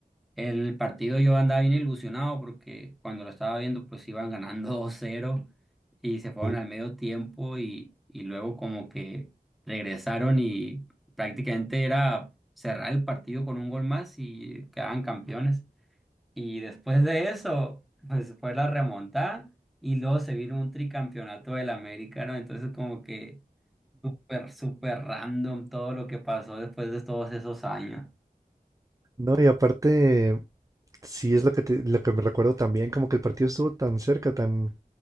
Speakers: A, in the centre; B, on the right.
A: El partido yo andaba bien ilusionado porque cuando lo estaba viendo pues iban ganando <laughs> dos cero y se fueron
B: Sí.
A: al medio tiempo y, y luego como que regresaron y prácticamente era cerrar el partido con un gol más y quedaban campeones. Y después de eso pues fue la remontada y luego se vino un tricampeonato del América, ¿no? Entonces como que súper, súper random todo lo que pasó después de todos esos años.
B: No, y aparte, sí es lo que, te- lo que me recuerdo también, como que el partido estuvo tan cerca, tan